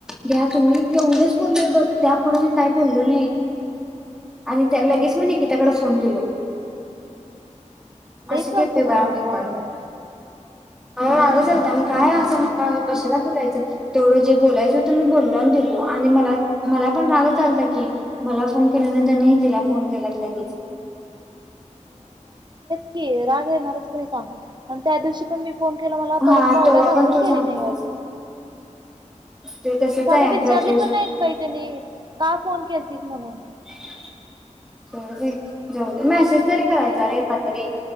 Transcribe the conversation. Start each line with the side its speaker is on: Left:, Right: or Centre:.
Centre: घ्या तुम्ही एवढंच बोललोय बघ त्यापुढे मी काय बोललो नाही आणि त्या लगेच
Right: काय
Centre: मी निकिता
Right: नव्ह
Centre: कडे फोन दिलो
Right: लई
Centre: असं
Right: फालतूपणा
Centre: केलोय बाळ मी
Right: ग वागल्यात
Centre: पण मला
Right: हम्म
Centre: रागच आलता काय
Right: नव्ह
Centre: असं मग काय कशाला बोलू मग मी पण तेवढं जे बोलायचत मी बोल दिलो आणि म मला पण राग चालता की मला फोन त्यांनी तिला फोन केल्यात लगेच
Right: क राग येणारच काने सांग आणि त्या दिवशी पण मी किती फोन केला मला परत
Centre: हा
Right: कॉलबॅक
Centre: तेव्हा
Right: अजून
Centre: पण तू
Right: केली
Centre: सांगितलंस
Right: नाही
Centre: ते तसंच
Right: साध
Centre: आहे
Right: विचारली
Centre: ग्रॅज्युएशन
Right: पण नाही बाई त्यांनी का फोन केलतीस म्हणून
Centre: <unintelligible> जाऊदे मॅसेज. तरी करायच
Right: आणि
Centre: रे एकदा तरी.